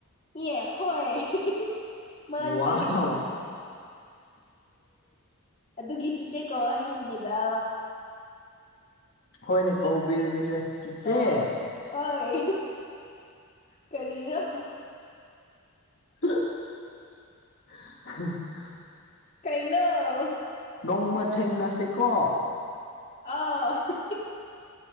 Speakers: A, on the left (about 35°); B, on the left (about 55°).
A: ꯑꯦ ꯍꯣꯏ ꯍꯤꯍꯤꯍꯤ ꯃꯥꯅꯤ
B: ꯋꯥꯎ
A: ꯑꯗꯨꯒꯤ ꯎꯆꯦꯀꯣ ꯍꯥꯏꯅꯤꯗꯥ
B: ꯍꯣꯏꯅꯦ ꯀꯧꯕꯤꯔꯒꯦꯁꯦ ꯆꯤꯆꯦ
A: ꯑꯥ ꯍꯣꯏ ꯀꯔꯤꯔꯣ
B: ꯎ ꯎ
A: ꯀꯩꯅꯩꯅ
B: ꯅꯣꯡꯃ ꯊꯦꯡꯅꯁꯤꯀꯣ
A: ꯑꯥ <unintelligible>